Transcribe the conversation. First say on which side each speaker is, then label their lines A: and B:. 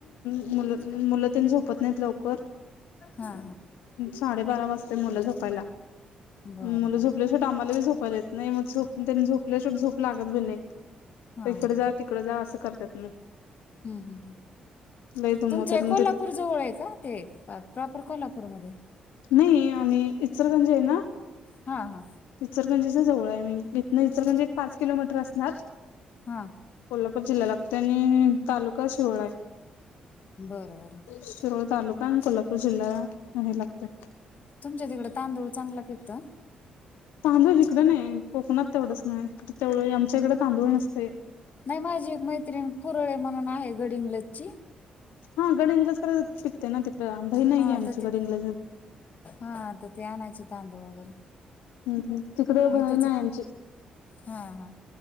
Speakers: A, on the left; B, on the left.
A: मुल मुलंतेनी झोपत नाहीत लवकर.
B: हा हा
A: साडेबारा वाजताय मुलं झोपायला.
B: बरं
A: मुलं
B: बरं
A: झोपल्या शेवटी आम्हाला बी झोपायला ये नाही मग झोप त्यांनी झोपल्या शेवटी झोप लागत बी नाही.
B: हा
A: इकडे
B: हम्म
A: जा तिकडे जा असं करतात ना.
B: हम्म हम्म
A: लई दमवतात
B: तुमच हे
A: मग
B: कोल्हापूर
A: ते
B: जवळ आहे का ते प्रॉपर कोल्हापूरमध्ये
A: नाही आम्ही इचरगंज आहे ना
B: हा हा
A: इचरगंजीच्या जवळ आहे मी. इथंन इचरगंजी एक पाचकिलोमीटर असणार.
B: हा
A: कोल्हापूर जिल्हा लागतेय आणि तालुका शिरोळा आहे.
B: बरं बरं
A: शिरोळ तालुका कोल्हापूर जिल्ह्याला हे लागतंय.
B: तुमच्या तिकडं तांदूळ चांगला पिकतो
A: तांदूळ हिकडं नाहीय कोकणात तेवढंच नाही तेवढ आमच्या इकडे तांदूळ नसतय.
B: नाही माझी एक मैत्रिण कुरळे म्हणून आहे गडिंग्लजची.
A: हा गडहिंग्लज कडे शिकते ना तिकडें आ बहीन
B: हा
A: आहे की आमची
B: तर तिथे
A: गडहिंग्लज
B: हा आता ते आणायचे तांदूळ वगैरे
A: हम्हम तिकडे बहिण
B: इथंच
A: आहे आमची
B: हा हा